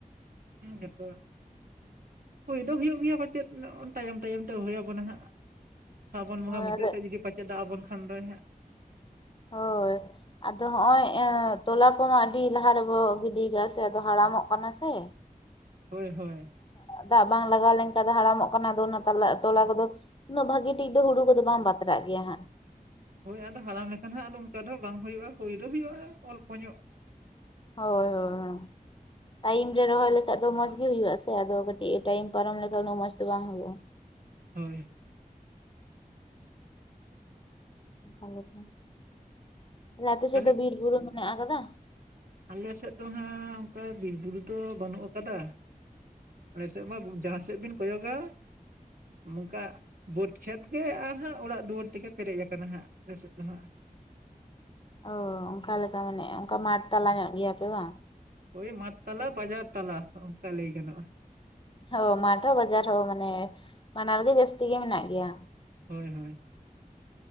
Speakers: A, on the right; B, on the left.
A: ᱦᱮᱸ ᱜᱮᱚᱛ ᱦᱩᱭ ᱫᱚ ᱦᱩᱭᱩᱜ ᱜᱮᱭᱟ ᱯᱟᱪᱮᱫ, ᱛᱟᱭᱚᱢ ᱛᱟᱭᱚᱢ ᱛᱮ ᱦᱩᱭ ᱟᱵᱚᱱᱟ ᱦᱟᱸᱜ᱾ ᱥᱟᱵᱚᱱ ᱵᱚᱸᱜᱟ
B: ᱦᱳᱭ
A: ᱢᱩᱟᱹᱫ
B: ᱟᱫᱚ
A: ᱥᱮᱫ ᱡᱩᱫᱤ ᱯᱟᱪᱮᱫ ᱫᱟᱜ ᱟᱵᱚᱱ ᱠᱷᱟᱱ ᱫᱚ ᱦᱟᱸᱜ᱾
B: ᱦᱳᱭ᱾ ᱟᱫᱚ ᱦᱚᱜ ᱚᱭ, ᱛᱚᱞᱟ ᱠᱚᱢᱟ ᱟᱹᱰᱤ ᱞᱟᱦᱟ ᱨᱮᱵᱚ ᱜᱤᱰᱤ ᱠᱟᱜ ᱥᱮ ᱟᱫᱚ ᱦᱟᱲᱟᱢᱚᱜ ᱠᱟᱱᱟ ᱥᱮ᱾
A: ᱦᱳᱭ ᱦᱳᱭ᱾
B: ᱫᱟᱜ ᱵᱟᱝ ᱞᱟᱜᱟᱣ ᱞᱮᱱᱠᱷᱟᱱ ᱫᱚ ᱦᱟᱲᱟᱢᱚᱜ ᱠᱟᱱᱟ ᱟᱫᱚ ᱚᱱᱟ ᱛᱟᱞᱟ ᱛᱚᱞᱟ ᱠᱚᱫᱚ ᱩᱱᱟᱹᱜ ᱵᱷᱟᱹᱜᱤ ᱴᱷᱤᱠ ᱫᱚ ᱦᱩᱲᱩ ᱠᱚᱫᱚ ᱵᱟᱢ ᱵᱟᱛᱨᱟᱜ ᱜᱮᱭᱟ ᱦᱟᱸᱜ᱾
A: ᱦᱳᱭ ᱟᱫᱚ ᱦᱟᱲᱟᱢ ᱞᱮᱠᱷᱟᱱ ᱦᱜᱫᱚ ᱚᱱᱠᱟ ᱫᱚ ᱵᱟᱝ ᱦᱩᱭᱩᱜᱼᱟ, ᱦᱳ ᱫᱚ ᱦᱩᱭᱩᱜᱼᱟ ᱚᱞᱯᱚ ᱧᱚᱜ᱾
B: ᱦᱳᱭ ᱦᱳᱭ ᱦᱚᱸ᱾ ᱴᱟᱭᱤᱢ ᱨᱮ ᱨᱚᱦᱚᱭ ᱞᱮᱠᱷᱟᱡ ᱫᱚ ᱢᱚᱸᱡᱽ ᱜᱤ ᱦᱩᱭᱩᱜᱼᱟ ᱥᱮ, ᱟᱫᱚ ᱠᱟᱹᱴᱤᱡ ᱮ ᱴᱟᱭᱤᱢ ᱯᱟᱨᱚᱢ ᱞᱮᱠᱷᱷᱟᱡ ᱩᱱᱟᱹᱜ ᱢᱚᱸᱡᱽ ᱫᱚ ᱵᱟᱝ ᱦᱩᱭᱩᱜᱼᱟ᱾
A: ᱦᱳᱭ᱾
B: <inaudible> ᱛᱟᱦᱚᱞᱮ ᱟᱯᱮ
A: ᱛᱟᱦᱚᱞᱮ
B: ᱥᱮᱫ ᱫᱚ ᱵᱤᱨ ᱵᱩᱨᱩ ᱢᱮᱱᱟᱜ ᱠᱟᱫᱟ?
A: ᱟᱞᱮ ᱥᱮᱫ ᱫᱚ ᱦᱟᱸᱜ ᱚᱱᱠᱟ ᱵᱤᱨ ᱵᱩᱨᱩ ᱫᱚ ᱵᱟᱹᱱᱩᱜ ᱠᱟᱫᱟ᱾ ᱟᱞᱮ ᱥᱮᱫ ᱢᱟ ᱡᱟᱦᱟᱸ ᱥᱮᱫ ᱵᱤᱱ ᱠᱚᱭᱚ ᱜᱟ ᱱᱚᱝᱠᱟ ᱵᱟᱹᱰ ᱠᱷᱮᱛ ᱜᱮ ᱟᱨᱦᱟᱸᱜ ᱚᱲᱟᱜ ᱫᱩᱣᱟᱹᱨ ᱛᱮᱜᱮ ᱯᱮᱨᱮᱡ ᱟᱠᱟᱱᱟ ᱦᱟᱸᱜ ᱟᱞᱮ ᱥᱮᱫ ᱫᱚ ᱦᱟᱸᱜ᱾
B: ᱚ ᱚᱱᱠᱟ ᱞᱮᱠᱟ ᱢᱟᱱᱮ ᱚᱱᱠᱟ ᱢᱟᱴᱷ ᱛᱟᱞᱟ ᱧᱚᱜ ᱜᱮᱭᱟᱯᱮ ᱵᱟᱝ
A: ᱦᱳᱭ ᱢᱟᱴᱷ ᱛᱟᱞᱟ ᱵᱟᱡᱟᱨ ᱛᱟᱞᱟ ᱚᱱᱠᱟ ᱞᱟᱹᱭ ᱜᱟᱱᱚᱜᱼᱟ
B: ᱦᱳ ᱢᱟᱴ ᱦᱚᱸ ᱵᱟᱡᱟᱨ ᱦᱚᱸ ᱢᱟᱱᱮ ᱵᱟᱱᱟᱨ ᱜᱮ ᱡᱟᱹᱥᱛᱤ ᱜᱮ ᱢᱮᱱᱟᱜ ᱜᱮᱭᱟ
A: ᱦᱳᱭ ᱦᱳᱭ